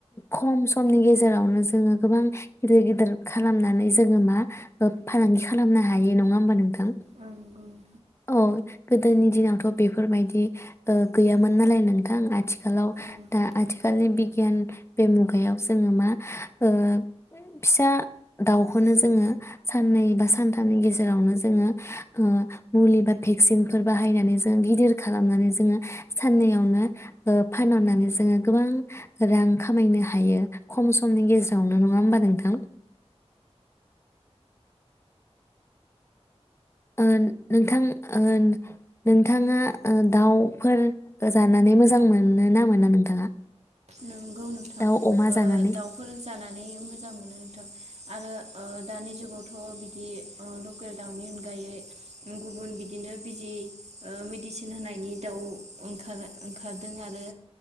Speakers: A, on the left; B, on the right.
A: खम समनि गेजेरावनो जोङो गोबां गिदिर गिदिर खालामनानै जोङो मा ओ फालांगि खालामनो हायो नङा होमबा नोंथां।
B: औ नंगौ नोंथां
A: औ गोदोनि दिनावथ बेफोरबायदि ओ गैयामोन नालाय नोंथां आथिखालाव
B: औ
A: दा आथिखालनि बिगियान बे मुगायाव जोङो मा ओ फिसा दाउखौनो जोङो साननै बा सानथामनि गेजेरावनो जोङो ओ- मुलि बा भेक्सिनफोर बाहायनानै जोङो गिदिर खालामनानै जोङो साननैयावनो ओ फानहरनानै जोङो गोबां रां खामायनो हायो खम समनि गेजेरावनो नङा होमबा नोंथां। ओ नोंथां ओ नोंथाङा दाउफोर जानानै मोजां मोनो ना मोना नोंथाङा?
B: नंगौ नोंथां
A: दाउ अमा
B: ओ
A: जानानै?
B: दाउफोर जानानै मोजां मोनो नोंथां। आरो ओ दानि जुगावथ बिदि ओ लकेल दाउनि अनगायै गुबुन बिदिनो बिजि ओ मेडिसिन होनायनि दाउ ओंखार, ओंखारदों आरो